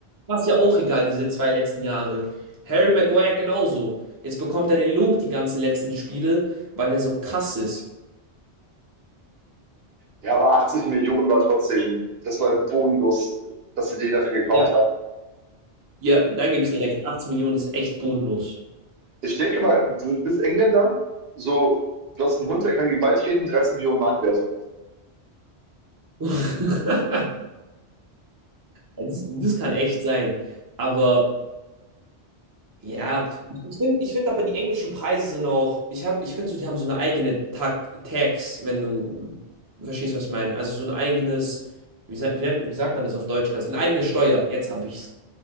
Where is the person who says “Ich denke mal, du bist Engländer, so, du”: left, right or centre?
Right